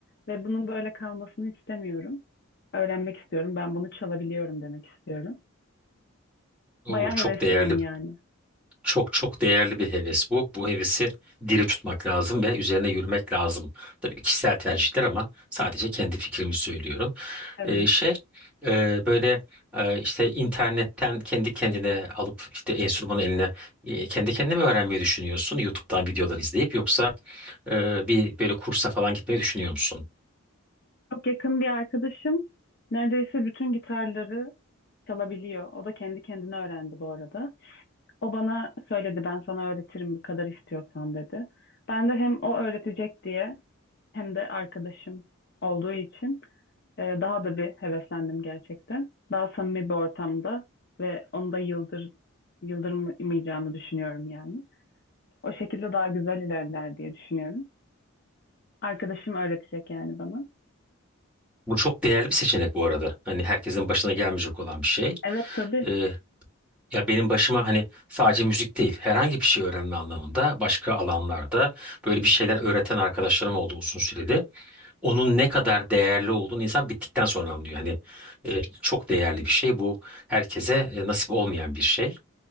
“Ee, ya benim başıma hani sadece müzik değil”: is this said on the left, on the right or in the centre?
Centre